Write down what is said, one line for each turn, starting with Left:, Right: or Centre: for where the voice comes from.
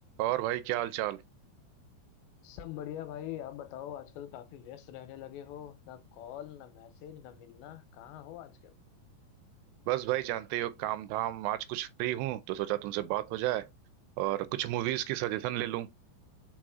Right: और भाई क्या हाल चाल
Left: सब बढ़िया भाई आप बताओ आजकल काफी व्यस्त रहने लगे हो ना कॉल ना मैसेज ना मिलना कहाँ हो आजकल
Right: बस भाई जानते ही हो काम धाम आज कुछ फ्री हूँ तो सोचा तुमसे बात हो जाए और कुछ मूवीज की सजेशन ले लूँ